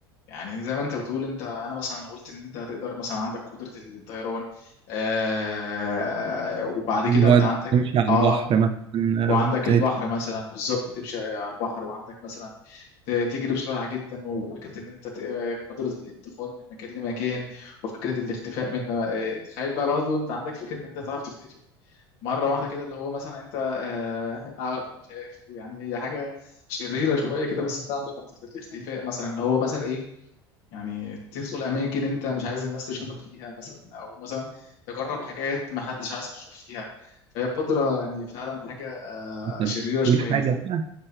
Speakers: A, on the left; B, on the right.
A: يعني زي ما انت بتقول انت انا مثلا قلت ان انت تقدر مثلا عندك قدره الطيران آه... وبعد كده
B: وقت
A: انت عندك
B: تمشي على
A: اه
B: البحر مثلا
A: وعندك
B: آه،
A: البحر
B: بت-
A: مثلا بالظبط تمشي على البحر وعندك مثلا ت- تجري بسرعه جدا وفكره ان انت ت- قدره الانتقال من مكان لمكان وفكره الاختفاء من آه، تخيل بقى برضه انت عندك فكره ان انت تعرف تختفي مره واحده كده اللي هو مثلا انت آه، <laughs> عارف- مش عارف يعني هي حاجه شريره شويه كده بس انت عندك قدره الاختفاء مثلا اللي هو مثلا ايه يعني تدخل اماكن انت مش عايز الناس تشوفك فيها مثلا او مثلا تجرب حاجات ما حدش عايزك تشوف فيها فهي قدره يعني فعلا حاجه
B: بت-
A: شريرة شوية
B: بتقول حاجة
A: انت
B: بقى